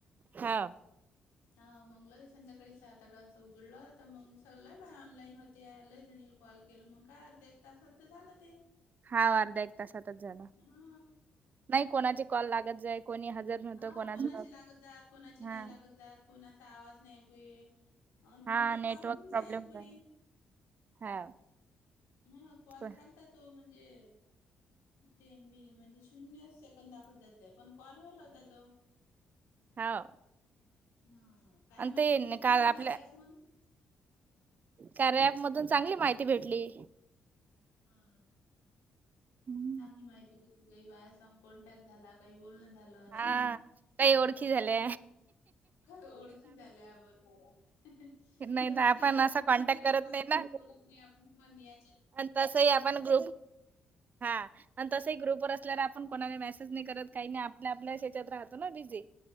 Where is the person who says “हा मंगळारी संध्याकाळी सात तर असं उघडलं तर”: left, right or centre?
Left